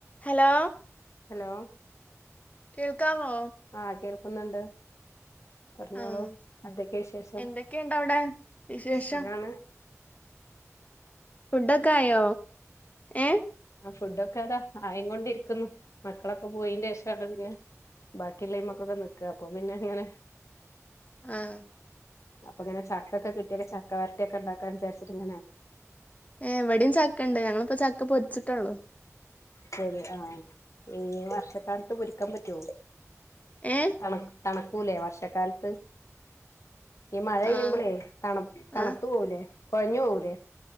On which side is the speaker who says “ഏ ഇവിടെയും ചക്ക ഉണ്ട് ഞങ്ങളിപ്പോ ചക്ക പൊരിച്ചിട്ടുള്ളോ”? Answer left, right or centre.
Left